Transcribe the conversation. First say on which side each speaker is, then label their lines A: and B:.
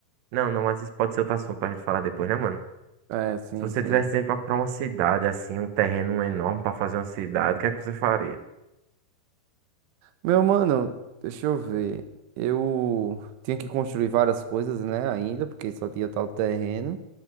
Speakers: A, on the right; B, on the right.
A: Não, não, mas isso pode ser outro assunto pra gente falar depois, né, mano?
B: É, sim,
A: Se você
B: sim.
A: tivesse dinheiro para comprar uma cidade assim, um terreno enorme para fazer uma cidade, o que é que você faria?
B: Meu mano, deixa eu ver. Eu tinha que construir várias coisas, né, ainda, porque só tinha tal terreno.